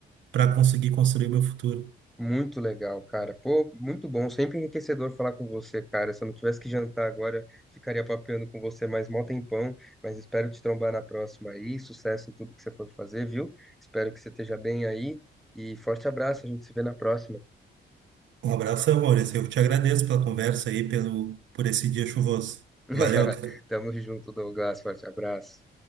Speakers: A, on the right; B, in the centre.
A: para conseguir construir meu futuro.
B: Muito legal, cara. Pô, muito bom. Sempre enriquecedor falar com você, cara. Se eu não tivesse que jantar agora, ficaria papeando com você mais mó tempão. Mas espero te trombar na próxima aí. Sucesso em tudo que você for fazer, viu? Espero que você esteja bem aí. E forte abraço. A gente se vê na próxima.
A: Um abração, Maurício. Eu te agradeço pela conversa aí, pelo, por esse dia chuvoso.
B: <laughs>
A: Valeu, cara.
B: Tamo junto, Douglas. Forte abraço.